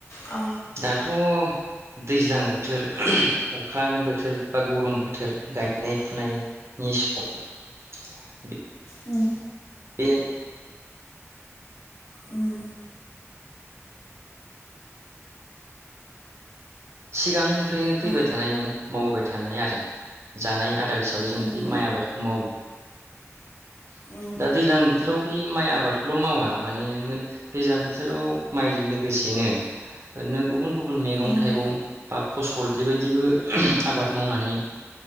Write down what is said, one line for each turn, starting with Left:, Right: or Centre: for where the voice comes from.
Left: अ
Right: दाथ' दैज्लां बोथोर अखानि बोथोर बा गरम बोथोर गायनाय फुनायनि सम
Left: उम
Right: बे
Left: उम
Right: सिगांनिफ्रायनो
Left: अ
Right: फैबाय थानाय माने मावबाय थानाय आरो जानाय आदार हिसाबै जों
Left: उम
Right: बे माइ आबादखौ मावो
Left: उम
Right: दा दैज्लां बोथोराव बे माइ आबादखौल' मावा माने मै दैज्लां बोथोराव माइजों लोगोसेनो एरैनो गुबुन गुबुन
Left: उम
Right: थाइगं बा फसल बेबायदिबो आबाद मावनानै